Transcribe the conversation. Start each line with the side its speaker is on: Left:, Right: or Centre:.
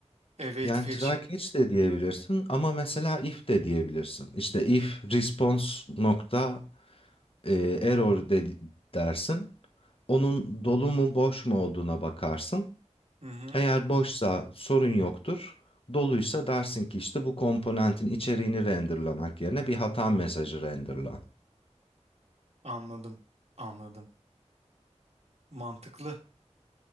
Right: Await
Left: Yani
Right: fetch.
Left: try catch de diyebilirsin ama mesela if de diyebilirsin. İşte if response nokta e, error de dersin. Onun dolu mu boş mu olduğuna bakarsın.
Right: Hı hı.
Left: Eğer boşsa sorun yoktur. Doluysa dersin ki işte bu komponentin içeriğini renderlamak yerine bir hata mesajı renderla.
Right: Anladım. Anladım. Mantıklı.